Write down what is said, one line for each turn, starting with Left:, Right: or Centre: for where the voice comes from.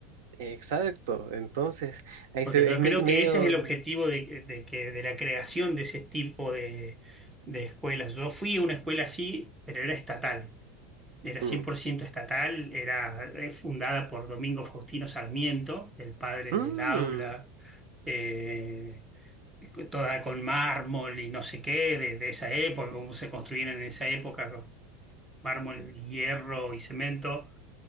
Right: Exacto, entonces ahí
Centre: Porque
Right: se,
Centre: yo
Right: es me-
Centre: creo
Right: medio...
Centre: que ese es el objetivo de, de que, de la creación de ese tipo de, de escuelas. Yo fui a una escuela así, pero era estatal. Era cien
Right: Mm.
Centre: por ciento estatal, era es fundada por Domingo Faustino Sarmiento, el padre
Right: Mm,
Centre: del aula, eh, toda con mármol y no sé qué, de, de esa época, cómo se construían en esa época, con mármol, hierro y cemento.